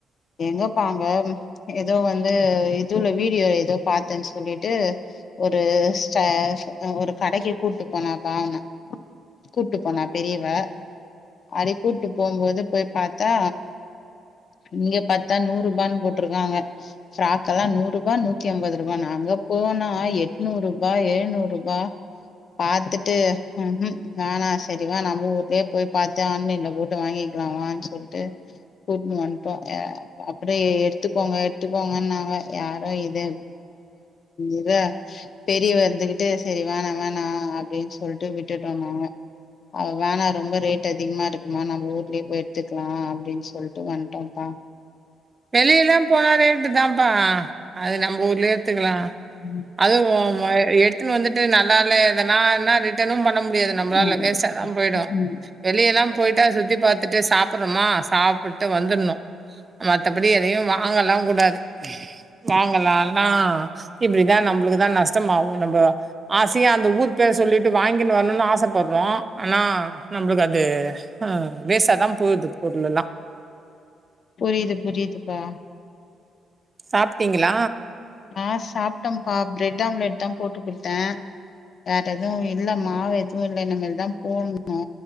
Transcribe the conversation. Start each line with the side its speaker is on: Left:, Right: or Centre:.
Left: எங்க பாங்க ஏதோ வந்து இதுல வீடியோ ஏதோ பாத்தேன்னு சொல்லிட்டு ஒரு <unintelligible> ஒரு கடைக்கு கூட்டு போனா அவனா கூட்டுப் போனா பெரியவ அறி கூட்டு போம்போது போய் பாத்தா இங்க பாத்தா நூறு ரூபான்னு போட்ருக்காங்க பிராக் எல்லா நூறு ரூபா நூத்தி அம்பது ரூபா நாங்க அங்க போனா எட்நூறு ரூபா எழுநூறு ரூபா பாத்துட்டு ம்ஹூ ஆனா சரி வேணா நம்ம ஊர்லயே போய் பாத்து ஆன்லைன்ல போட்டு வாங்கி வேனான்னு சொல்லிட்டு கூப்னு வந்துட்டோ அப் அப்றம் எடுத்துக்கோங்க எடுத்துக்கோங்க நாங்க யாரோ இது இதா பெரியவ இருந்துகிட்டு சரி வேணா வேணா அப்படின்னு சொல்லிட்டு விட்டுட்டோ நாங்க அவ வேணா ரொம்ப ரேட் அதிகமா இருக்குதுமா, நம்ம ஊர்லயே போய் எடுத்துக்கலா அப்படின்னு சொல்லிட்டு வந்துட்டோ பா
Right: வெளிய எல்லாம் போனாலே ரேட்டு தாம்பா அது நம் ஊர்லயே ஏடுத்துக்கலா
Left: ம்
Right: அதுவு உ உ எடுத்துன்னு வந்துட்டு நல்லா இல்லன்னா என்ன ரிட்டனுபன் பன்ன முடியாது நம்மளால
Left: நல்லது
Right: வேஸ்டதா போயிடு
Left: ம்
Right: வெளிய எல்லா போ போயிட்டா சுத்தி பாத்துட்டு சாப்றோமா சாப்பிட்டு வந்துணு மத்தபடி எதையு வாங்கலா கூடாது வாங்கலா நா இப்படிதா நம்மளுக்குதா நஷ்டம் ஆகும் நம்ம ஆசையா அந்த ஊர் பேர் சொல்லிட்டு வாங்கி வரணும்னு ஆசப்படுறோ ஆனா நம்மளுக்கு அதுவேஸ்டா தா போகு து பொருளலா
Left: புரிது புரிதுப்பா
Right: சாப்ட்டீங்களா
Left: ஆ சாப்பிட்டோம்பா பிரெட் ஆம்லெட் தா போட்டு கொடுத்தே வேற எதுவு இல்ல மாவு எதுவு இல்லை இனிமேல் தான் போடணு